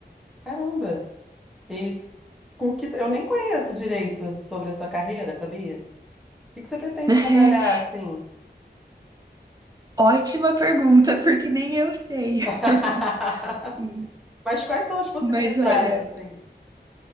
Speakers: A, in the centre; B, on the right.
A: Caramba! E com que eu nem conheço direito sobre a sua carreira, sabia? O que que você pretende
B: <laughs>
A: trabalhar assim?
B: Ótima pergunta, porque nem eu sei.
A: <laughs>
B: <laughs> Hum,
A: Mas quais são as possibilidades
B: Mas olha,
A: assim?